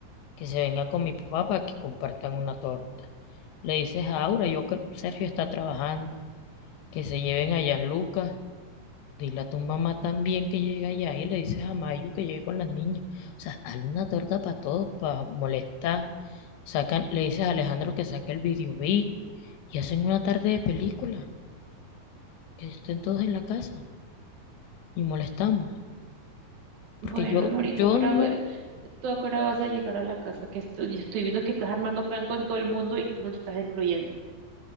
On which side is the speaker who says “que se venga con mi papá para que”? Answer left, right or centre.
Left